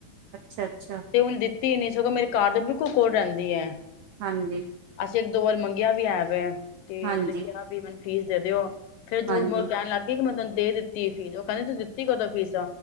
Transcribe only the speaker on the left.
ਤੇ ਉਹਨੇ ਦਿੱਤੀ ਨੀ ਮੇਰੇ ਘਰ ਦੇ ਬਿਲਕੁਲ ਕੋਲ ਰਹਿੰਦੀ ਹੈ।
ਅਸੀਂ ਇੱਕ ਦੋ ਵਾਰ ਮੰਗੀ ਕਿਆ ਵੀ ਹੈ ਵੇਂ ਤੇ
ਉਹਨੇ ਕਿਹਾ ਵੀ ਮੈਨੂੰ ਫੀਸ ਦੇ ਦਿਓ ਫੇਰ ਜੂੜ
ਬੋਲ ਕੇ ਕੀ ਮੈਂ ਤੁਹਾਨੂੰ ਦੇ ਦਿੱਤੀ ਫੀਸ ਉਹ ਕਹਿੰਦੀ ਤੂੰ ਦਿੱਤੀ ਕਦ ਫੀਸ